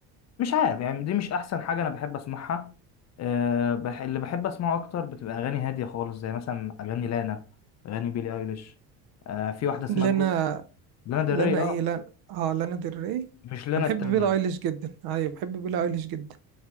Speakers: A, on the left; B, on the right.
A: مش عارف يعني دي مش احسن حاجه انا بحب اسمعها آه، بح... اللي بحب اسمعه اكتر بتبقى اغاني هاديه خالص زي مثلا اغاني لانا اغاني بيلي ايليش آه، في واحده اسمها
B: لانا
A: جو... لانا دري
B: لانا ايه
A: اه
B: لانا اه لانا ديل ري
A: مش لانا
B: انا بحب
A: التانية
B: بيلا ايليش جدا ايوه بحب بيلا ايليش جدا